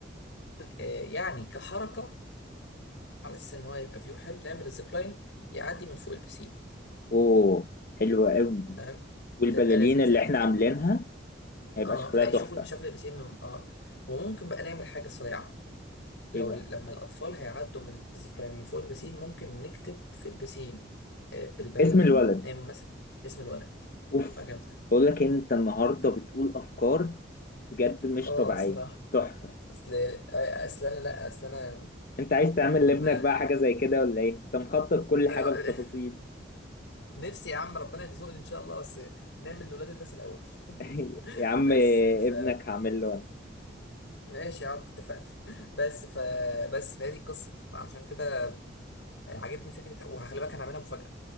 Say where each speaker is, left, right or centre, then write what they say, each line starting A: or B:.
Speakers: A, on the left; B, on the left.
A: آه يعني كحركة على اساس ان هو يبقى فيو حلو نعمل الزيب لاين يعدي من فوق البسين
B: اوه حلوة قوي دي
A: فاهم
B: والبلالين
A: تبقى لذيذة
B: اللي
A: يعني
B: احنا
A: كأنه
B: عاملينها هيبقى
A: اه
B: شكلها
A: فيشوفوا
B: تحفة
A: المشاكل اللي بتتم من- اه وممكن بقى نعمل حاجه صريعه لو
B: ايه بقى
A: ال- لما الاطفال هيعدوا من الزيب لاين من فوق البسين ممكن نكتب في البسين آه، بالبلالين
B: اسم الولد
A: نعمل مثلا اسم الولد
B: اوف
A: تبقى جامده
B: بقول لك انت النهاردة بتقول افكار بجد مش
A: اه
B: طبيعية
A: صراحة
B: تحفة
A: اصل آه، اصل انا لا اصل انا
B: انت عايز تعمل
A: لما
B: لابنك بقى حاجة زي كده ولا ايه انت مخطط كل حاجة
A: انا
B: بالتفاصيل
A: <laughs> نفسي يا عم ربنا يرزقني ان شاء الله بس نعمل لولاد الناس الاول
B: <laughs>
A: <laughs>
B: يا عم
A: بس ف
B: ابنك هعمل له انا
A: ماشي يا عم اتفقنا <laughs> بس ف بس فهذه القصة فعشان كده عجبني فكرة وهخلي بالك انا هعملها مفاجأة